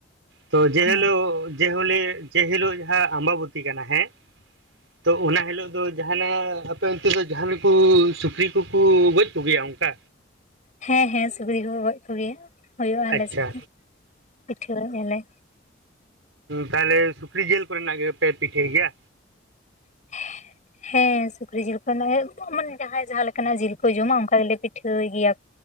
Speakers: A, on the right; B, on the left.
A: ᱛᱚ ᱡᱮ
B: ᱦᱮᱸ
A: ᱦᱮᱞᱳᱜ, ᱡᱮᱦᱳᱞᱮ ᱡᱮ ᱦᱤᱞᱳᱜ ᱡᱟᱦᱟᱸ ᱟᱢᱵᱟᱵᱚᱛᱤ ᱠᱟᱱᱟ ᱦᱮᱸ, ᱛᱚ ᱚᱱᱟ ᱦᱤᱞᱳᱜ ᱫᱚ ᱡᱟᱦᱟᱱᱟᱜ ᱟᱯᱮ ᱚᱱᱛᱮ ᱫᱚ ᱡᱟᱦᱱᱟᱜ ᱠᱚ ᱥᱩᱠᱨᱤ ᱠᱚᱠᱚ ᱜᱚᱡ ᱠᱚᱜᱮᱭᱟ ᱚᱱᱠᱟ᱾
B: ᱦᱮᱸ ᱦᱮᱸ ᱥᱩᱠᱨᱤ ᱠᱚᱠᱚ ᱜᱚᱡ ᱠᱚᱜᱮᱭᱟ ᱦᱩᱭᱩᱜᱼᱟ ᱟᱞᱮ
A: ᱟᱪᱪᱷᱟ
B: ᱥᱮᱫ ᱦᱚᱸ ᱯᱤᱴᱷᱟᱹ ᱟᱞᱮ᱾
A: ᱛᱟᱦᱚᱞᱮ ᱥᱩᱠᱨᱤ ᱡᱤᱞ ᱠᱚᱨᱮᱱᱟᱜ ᱜᱮᱯᱮ ᱯᱤᱴᱷᱟᱹᱭ ᱜᱮᱭᱟ?
B: <inaudible> ᱦᱮᱸ ᱥᱩᱠᱨᱤ ᱡᱤᱞ ᱠᱚ ᱢᱟᱱᱮ ᱡᱟᱦᱟᱸᱭ ᱡᱟᱦᱟᱸ ᱞᱮᱠᱟᱱᱟᱜ ᱡᱤᱞ ᱠᱚ ᱡᱚᱢᱟ ᱚᱱᱠᱟ ᱫᱚᱞᱮ ᱯᱤᱴᱷᱟᱹᱭ ᱜᱮᱭᱟ᱾